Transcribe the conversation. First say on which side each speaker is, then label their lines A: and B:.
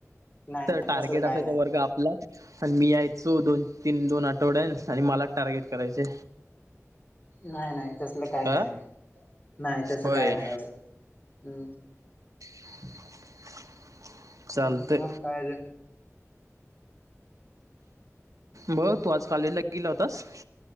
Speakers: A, on the left (about 35°); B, on the right (about 85°).
A: नाही नाही
B: टार्गेट
A: तसलं काय
B: असायचा
A: नाही
B: वर्ग आपला आणि मी यायचो दोन तीन दोन आठवड्यात आणि मला टार्गेट करायचे.
A: नाही नाही तसलं काही
B: अ
A: नाही रे नाही त्यास
B: होय.
A: काय नाही एवढं हम्.
B: <inaudible> चालतंय
A: हम् मग काय अजून?
B: म तू आज काॉलेजला गेला होतास?